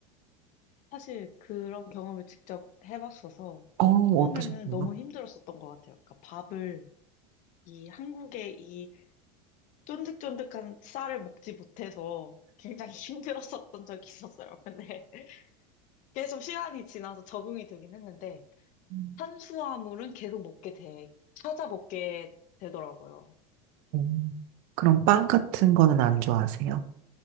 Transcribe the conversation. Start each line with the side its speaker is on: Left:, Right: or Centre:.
Left: 사실 그런 경험을 직접 해봤어서
Right: 어,
Left: 처음에는
Right: 어떠셨나요?
Left: 너무 힘들었었던 것 같아요. 그러니까 밥을 이 한국의 이 쫀득쫀득한 쌀을 먹지 못해서 굉장히 <laughs> 힘들었었던 적이 있었어요. 근데 계속 시간이 지나서 적응이 되긴 했는데
Right: 음.
Left: 탄수화물은 계속 먹게 돼, 찾아 먹게 되더라고요.
Right: 어, 그럼 빵 같은 거는 안 좋아하세요?